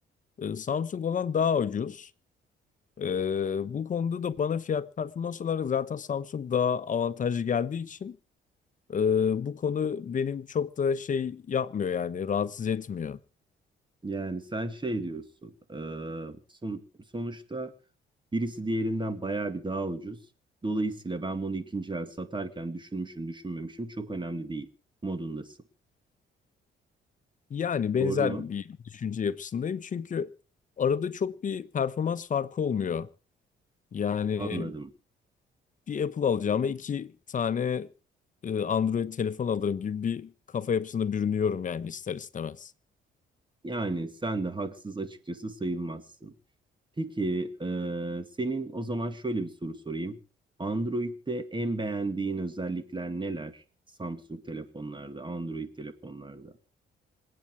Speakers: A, on the left; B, on the right.
A: E, Samsung olan daha ucuz. E, bu konuda da bana fiyat performans olarak zaten Samsung daha avantajlı geldiği için e, bu konu benim çok da şey yapmıyor yani rahatsız etmiyor.
B: Yani sen şey diyorsun, e, son, sonuçta Birisi diğerinden bayağı bir daha ucuz. Dolayısıyla ben bunu ikinci el satarken düşünmüşüm, düşünmemişim çok önemli değil modundasın.
A: Yani benzer
B: Doğru mu?
A: bir düşünce yapısındayım çünkü arada çok bir performans farkı olmuyor. Yani
B: Anladım.
A: bir Apple alacağıma iki tane e, Android telefon alırım gibi bir kafa yapısına bürünüyorum yani ister istemez.
B: Yani sen de haksız açıkçası sayılmazsın. Peki, e, senin o zaman şöyle bir soru sorayım. Android'de en beğendiğin özellikler neler? Samsung telefonlarda, Android telefonlarda.